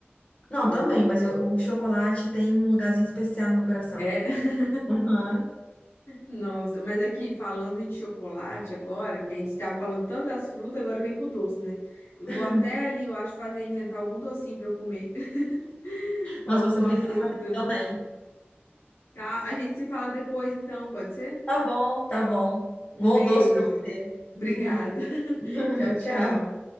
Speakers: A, on the left; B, on the left.
A: Não,
B: Eu,
A: também, mas eu- o chocolate tem um lugarzinho especial no meu coração.
B: é. <laughs>
A: Aham.
B: Nossa, mas aqui falando em chocolate agora, que a gente estava falando tanto das frutas, agora vem pro doce, né? Eu
A: <laughs>
B: vou até ali, eu acho, fazer inventar algum docinho para eu comer <laughs> com
A: Nossa,
B: alguma
A: você obrigada
B: fruta,
A: a fazer também.
B: tá? A gente se fala depois, então, pode ser?
A: Tá bom, tá bom.
B: Um
A: Bom
B: beijo.
A: doce pra você.
B: Obrigada.
A: <laughs>
B: <laughs> Tchau, tchau.
A: Tchau.